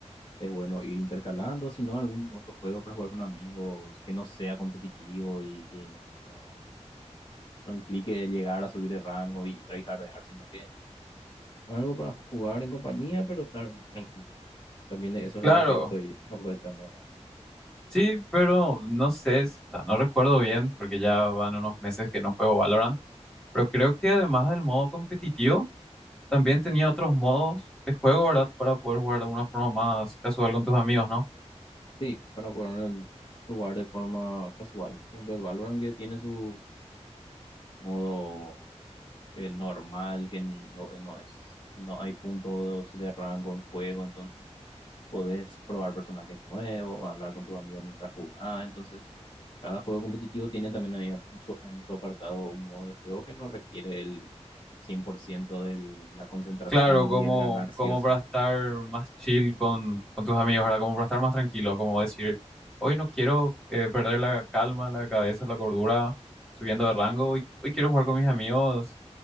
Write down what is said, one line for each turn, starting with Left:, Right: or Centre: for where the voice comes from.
Left: es bueno ir intercalando, si no, algún otro juego para jugar con amigos que no sea competitivo y que no, no implique llegar a subir de rango y tryhardear, sino que algo para jugar en compañía, pero estar tranquilo. También de eso
Centre: Claro,
Left: es lo que estoy aprovechando ahora.
Centre: Sí, pero no sé, s- o sea, no recuerdo bien porque ya van unos meses que no juego Valorant, pero creo que además del modo competitivo, también tenía otros modos de juego, ¿verdad? Para poder jugar de una forma más casual con tus amigos, ¿no?
Left: Sí, para poder jugar de forma casual. Por ejemplo, el Valorant que tiene su modo eh, normal, que no, no es, no hay puntos de rango en juego, entonces podés probar personajes nuevos, hablar con tus amigos mientras jugás. Entonces, cada juego competitivo tiene también ahí ap- un su- en su apartado un modo de juego que no requiere el 100% de la concentración
Centre: Claro, como,
Left: y el ganar sí
Centre: como
Left: o sí.
Centre: para estar más chill con, con tus amigos, ¿verdad? Como para estar más tranquilo, como decir, hoy no quiero eh, perder la calma, la cabeza, la cordura subiendo de rango, hoy, hoy quiero jugar con mis amigos